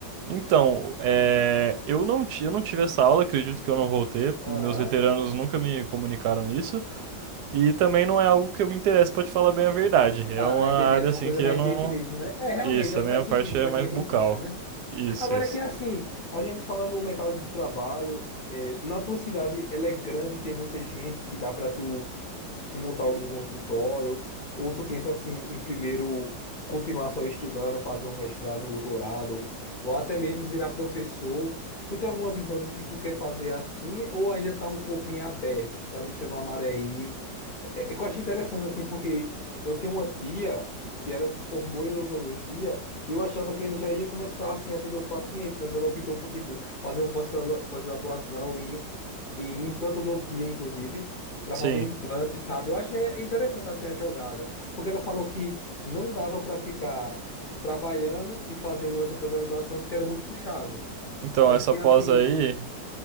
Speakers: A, on the right (about 70°); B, on the left (about 80°).
A: Então, é, eu não, ti- eu não tive essa aula, acredito que eu não vou ter.
B: Aham.
A: Meus veteranos nunca me comunicaram isso. E também não é algo que eu me interesse, pra te falar bem a verdade. É
B: Ah,
A: uma
B: entendi.
A: área
B: A tua
A: assim
B: coisa
A: que
B: é mais
A: eu não.
B: dente mesmo, né? É, realmente,
A: Isso,
B: é o
A: a
B: que
A: minha
B: faz sentido
A: parte
B: para
A: é mais
B: quem é
A: bucal.
B: dentista, né?
A: Isso,
B: Agora
A: isso.
B: que é assim, a gente fala no mercado de trabalho, é, na tua cidade ela é grande, tem muita gente que dá para tu montar algum consultório, ou tu pensa assim em primeiro continuar só estudando, fazer um mestrado, um doutorado, ou até mesmo virar professor. Tu tem alguma visão do que tu quer fazer assim, ou ainda tá um pouco em aberto, tu tá deixando a maré ir? É, é que eu acho interessante assim, porque eu tenho uma tia que ela se formou em odontologia e eu achava que ela já ia começar assim a atender os pacientes, mas ela optou por tipo fazer uma pós-gradua- pós-graduação em em implantodontia, inclusive, para
A: Sim.
B: fazer implante, sabe? Eu achei interessante assim a jogada, porque ela falou que não dava para ficar trabalhando e fazendo essa pós-graduação porque era muito puxado.
A: Então,
B: Aí eu
A: essa
B: fiquei
A: pós
B: assim,
A: aí.